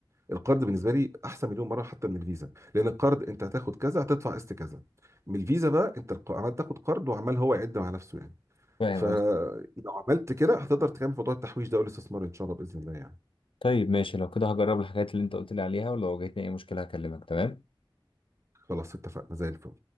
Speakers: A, on the right (about 35°); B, on the left (about 80°).
A: القرض بالنسبه لي احسن مليون مره حتى من الفيزا لان القرض انت هتاخد كذا هتدفع قسط كذا من الفيزا بقى انت الق- عمال تاخد قرض وعمال هو يعد مع نفسه يعني
B: فاهم
A: فلو
B: قصدك
A: عملت كده هتقدر تكمل موضوع التحويش ده والاستثمار ان شاء الله باذن الله يعني
B: طيب ماشي لو كده هجرب الحاجات اللي انت قلت لي عليها ولو واجهتني اي مشكله هكلمك تمام
A: خلاص اتفقنا زي الفل